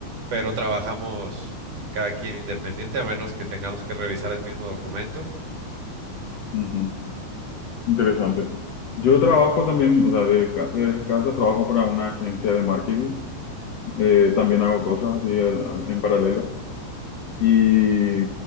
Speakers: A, on the right (about 50°); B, on the left (about 65°).
A: Pero trabajamos cada quien independiente, a menos que tengamos que revisar el mismo documento
B: ujú, Interesante. Yo trabajo también, o sea, de ca- desde casa trabajo para una agencia de marketing. Eh, también hago cosas así al- al- en paralelo. Y